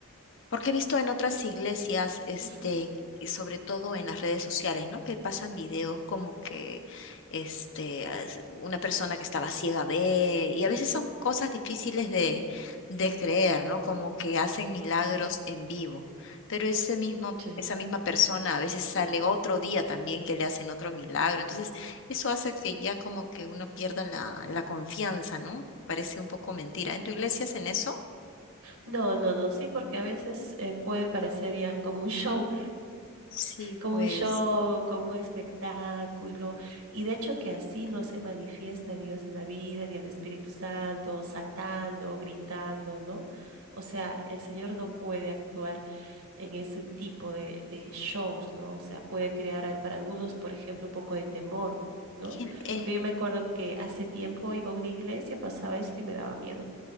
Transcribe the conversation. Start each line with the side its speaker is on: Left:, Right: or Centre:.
Left: Porque he visto en otras iglesias, este,
Right: Ujú.
Left: y sobre todo en las redes sociales, ¿no? Que pasan videos como que, este, as- una persona que estaba ciega ve, y a veces son cosas difíciles de, de creer, ¿no? Como que hacen milagros en vivo. Pero ese mismo,
Right: Sí.
Left: esa misma persona a veces sale otro día también que le hacen otro milagro. Entonces, eso hace que ya como que uno pierda la, la confianza, ¿no? Parece un poco mentira. ¿En tu iglesia hacen eso?
Right: No, no, no, sí, porque a veces eh, puede parecer ya como un show,
Left: Sí,
Right: como
Left: pues.
Right: un show, como un espectáculo. Y de hecho que así no se manifiesta Dios en la vida, ni el Espíritu Santo, saltando, gritando, ¿no? O sea, el Señor no puede actuar en ese tipo de, de shows, ¿no? O sea, puede crear al- para algunos, por ejemplo, un poco de temor, ¿no?
Left: y el- eh,
Right: Porque yo me acuerdo que hace tiempo iba a una iglesia, pasaba eso y me daba miedo.